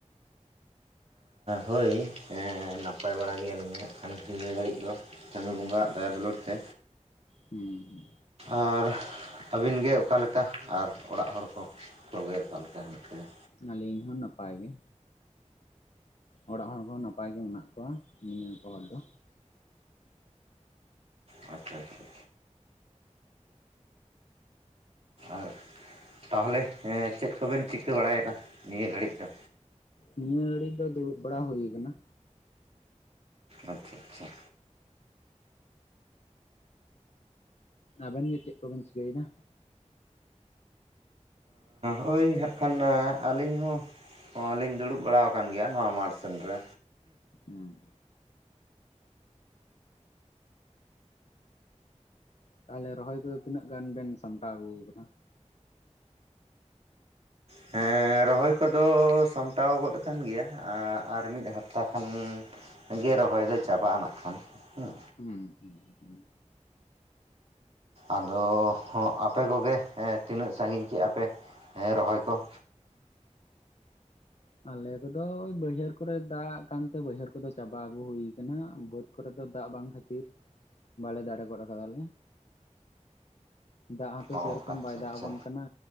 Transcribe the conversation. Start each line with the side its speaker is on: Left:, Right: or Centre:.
Right: ᱦᱚᱭ ᱱᱟᱯᱟᱭ ᱜᱮᱭᱟᱞᱤᱧ ᱦᱟᱜ ᱠᱷᱟᱱ ᱱᱤᱭᱟᱹ ᱜᱷᱟᱹᱲᱤᱡ ᱫᱚ᱾ ᱪᱟᱹᱫᱚ ᱵᱚᱸᱜᱟ ᱟᱜ ᱫᱟᱭᱟ ᱫᱩᱞᱟᱹᱲ ᱛᱮ᱾
Left: ᱦᱩᱸ᱾
Right: ᱟᱨ ᱟᱹᱵᱤᱱ ᱜᱮ ᱚᱠᱟᱞᱮᱠᱟ? ᱟᱨ ᱚᱲᱟᱜ ᱦᱚᱲ ᱠᱚ ᱠᱚᱜᱮ ᱚᱠᱟ ᱞᱮᱠᱟ ᱦᱮᱱᱟᱜ ᱯᱮᱭᱟ?
Left: ᱟᱞᱤᱧ ᱦᱚᱸ ᱱᱟᱯᱟᱭ ᱜᱮ᱾ ᱚᱲᱟᱜ ᱦᱚᱲ ᱠᱚᱸᱦᱚᱸ ᱱᱟᱯᱟᱭ ᱜᱮ ᱢᱮᱱᱟᱜ ᱠᱚᱣᱟ ᱱᱤᱭᱟᱹ ᱦᱚᱲ ᱫᱚ᱾
Right: ᱟᱪᱷᱟ ᱟᱪᱷᱟ᱾ ᱟᱨ ᱛᱟᱦᱚᱞᱮ ᱪᱮᱫ ᱠᱚᱵᱮᱱ ᱪᱤᱠᱟᱹ ᱵᱟᱲᱟᱭᱮᱫᱟ ᱱᱤᱭᱟᱹ ᱜᱷᱟᱹᱲᱤᱡ ᱫᱚ?
Left: ᱱᱤᱭᱟᱹ ᱜᱷᱟᱹᱲᱤᱡ ᱫᱚ ᱫᱩᱲᱩᱵ ᱵᱟᱲᱟ ᱦᱩᱭ ᱟᱠᱟᱱᱟ᱾
Right: ᱟᱪᱷᱟ ᱟᱪᱷᱟ᱾
Left: ᱟᱵᱮᱱ ᱜᱮ ᱪᱮᱫ ᱠᱚᱵᱮᱱ ᱪᱤᱠᱟᱹᱮᱱᱟ?
Right: ᱦᱚᱭ ᱦᱟᱸᱟᱜ ᱠᱷᱟᱱ ᱟᱹᱞᱤᱧ ᱦᱚᱸ ᱦᱚᱸᱞᱤᱧ ᱫᱩᱲᱩᱵ ᱵᱟᱲᱟ ᱟᱠᱟᱱ ᱜᱮᱭᱟ ᱱᱚᱣᱟ ᱢᱟᱴᱷᱥᱱ ᱨᱮ᱾
Left: ᱦᱩᱸ᱾ ᱛᱟᱦᱚᱞᱮ ᱨᱚᱦᱚᱭ ᱠᱚᱫᱚ ᱛᱤᱱᱟᱹᱜ ᱜᱟᱱ ᱵᱮᱱ ᱥᱟᱢᱴᱟᱣ ᱟᱹᱜᱩ ᱟᱠᱟᱫᱟ?
Right: ᱦᱮᱸ ᱨᱚᱦᱚᱭ ᱠᱚᱫᱚ ᱥᱟᱢᱴᱟᱣ ᱜᱚᱫ ᱟᱠᱟᱱ ᱜᱮᱭᱟ ᱟᱨ ᱢᱤᱫ ᱦᱟᱯᱛᱟ ᱠᱷᱟᱱ ᱜᱮ ᱨᱚᱦᱚᱭ ᱫᱚ ᱪᱟᱵᱟᱜᱼᱟ ᱱᱟᱜ ᱠᱷᱟᱱ ᱦᱩᱸ᱾
Left: ᱦᱩᱸ ᱦᱩᱸ ᱦᱩᱸ᱾
Right: ᱟᱫᱚ ᱟᱯᱮ ᱠᱚᱜᱮ ᱦᱮᱸ ᱛᱤᱱᱟᱹᱜ ᱥᱟᱺᱜᱤᱧ ᱠᱮᱜᱼᱟ ᱯᱮ? ᱦᱮᱸ ᱨᱚᱦᱚᱭ ᱠᱚ᱾
Left: ᱟᱞᱮ ᱠᱚᱫᱚ ᱵᱟᱹᱭᱦᱟᱹᱲ ᱠᱚᱨᱮ ᱫᱟᱜ ᱠᱟᱱᱛᱮ ᱵᱟᱹᱭᱦᱟᱹᱲ ᱠᱚᱫᱚ ᱪᱟᱵᱟ ᱟᱹᱜᱩ ᱦᱩᱭᱩ ᱟᱠᱟᱱᱟ ᱵᱟᱹᱫᱽ ᱠᱚᱨᱮ ᱫᱚ ᱫᱟᱜ ᱵᱟᱝ ᱠᱷᱟᱹᱛᱤᱨ ᱵᱟᱞᱮ ᱫᱟᱲᱮ ᱜᱚᱫ ᱠᱟᱫᱟᱞᱮ᱾ ᱫᱟᱜ ᱦᱚᱸᱛᱚ
Right: ᱚ
Left: ᱥᱮᱨᱚᱠᱚᱢ
Right: ᱟᱪᱪᱷᱟ
Left: ᱵᱟᱭ ᱫᱟᱜ
Right: ᱟᱪᱪᱷᱟ
Left: ᱟᱵᱚᱱ ᱠᱟᱱᱟ᱾